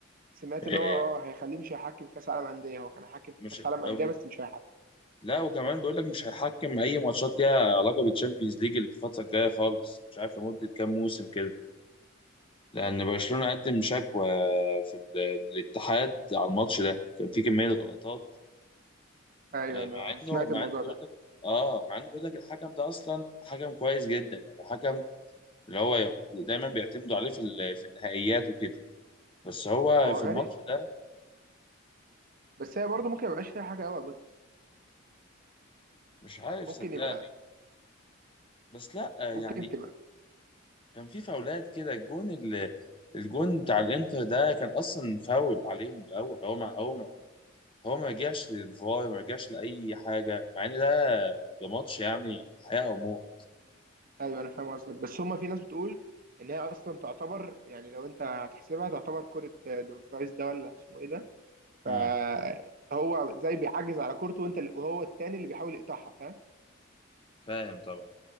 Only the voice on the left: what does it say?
آه،
مش
أو
لا وكمان بيقول لك مش هيحكم اي ماتشات ليها علاقه بالتشامبيونز ليج الفتره الجايه خالص مش عارف لمده كام موسم كده لان
برشلونه قدم شكوى في ال- الاتحاد على الماتش ده كان في كميه غلطات
آه،
مع
انه مع
انه بيقول
لك اه مع انه بيقول لك الحكم ده اصلا حكم كويس جدا يعني حكم اللي هو ي- دايما بيعتمدوا عليه في ال- في النهائيات وكده بس هو
في
الماتش ده
مش عارف
صدقني
بس لا يعني
كان في فاولات كده الجون ال- الجون بتاع الانتر ده كان اصلا فاول عليهم الاول هو ما هو ما هو ما رجعش للفار ما رجعش لاي حاجه مع ان ده ده ماتش يعني حياه او موت
امم
فاهم طبعا